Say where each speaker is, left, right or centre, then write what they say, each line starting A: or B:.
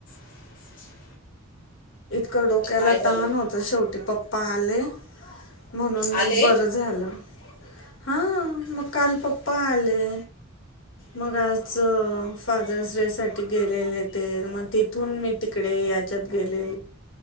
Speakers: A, on the left; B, on the left.
A: <inaudible>
B: क डोक्याला
A: काय झालं
B: ताण होत शेवटी पप्पा आले म्हणून मग
A: आले
B: बरं झालं हा म काल पप्पा आले मग आज फादर्स डे साठी गेलेले ते मग तिथून मी तिकडे याचत गले